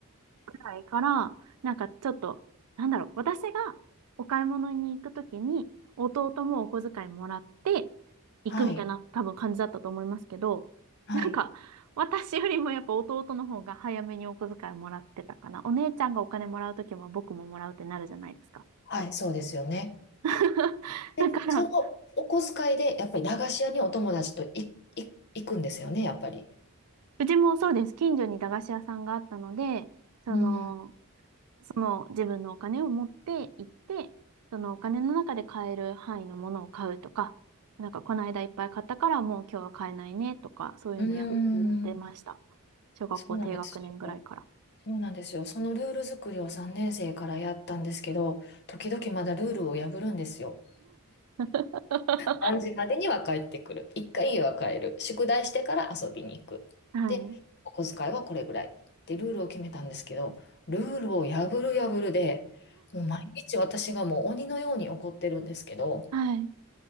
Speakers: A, on the right; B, on the left.
A: ぐらいから、なんかちょっと、なんだろう、私がお買い物に行くときに、弟もお小遣いもらって行くみたいな多分感じだったと思いますけど、
B: はい。はい。
A: なんか私よりもやっぱ弟の方が早めにお小遣いもらってたかな。お姉ちゃんがお金もらうときも僕ももらうってなるじゃないですか。
B: はい。そうですよね。
A: <laughs>
B: で、
A: だから、
B: そのお小遣いで、やっぱり駄菓子屋にお友達とい、い、行くんですよね、やっぱり。
A: うちもそうです。近所に駄菓子屋さんがあったので、その、
B: うん。
A: その自分のお金を持って行って、そのお金の中で買える範囲のものを買うとか、なんかこの間いっぱい買ったからもう今日は買えないねとか、そういうのや、
B: うー
A: やってました。
B: ん。
A: 小学校低学年ぐらいから。
B: そうなんですよ。そうなんですよ。そのルール作りを3年生からやったんですけど、時々まだルールを破るんですよ。
A: <laughs>
B: 何時までには帰ってくる。一回家は帰る。宿題してから遊びに行く。
A: はい。
B: で、お小遣いはこれぐらい。ってルールを決めたんですけど、ルールを破る破るで、もう毎日私がもう鬼のように怒ってるんですけど、
A: はい。